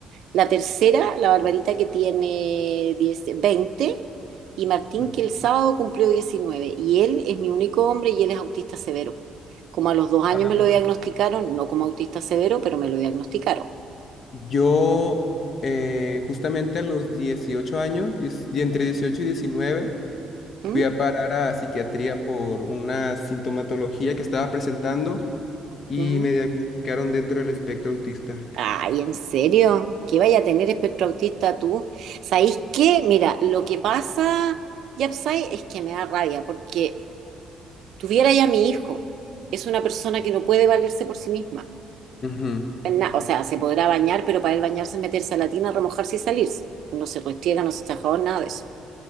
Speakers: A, on the right; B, on the left.
A: La tercera, la Barbarita que tiene 10, 20 y Martín
B: Mm.
A: que el sábado cumplió 19 y él es mi único hombre y él es autista severo. Como a los dos años
B: Ah.
A: me lo diagnosticaron, no como autista severo, pero me lo diagnosticaron.
B: Yo, eh, justamente a los 18 años, diez- y entre 18 y 19
A: ¿Mm?
B: Fui a parar a psiquiatría por una sintomatología que estaba presentando y
A: ¿Mm?
B: me diagnosticaron dentro del espectro autista.
A: Ay, ¿en serio? ¿Qué vaya a tener espectro autista tú? ¿Sabéis qué? Mira, lo que pasa, Yapsai, es que me da rabia porque tuviera ya mi hijo. Es una persona que no puede valerse por sí misma.
B: Ujú,
A: en na- o sea, se podrá bañar, pero para él bañarse, es meterse a la tina, remojarse y salirse. No se restriega, no se echa jabón, nada de eso.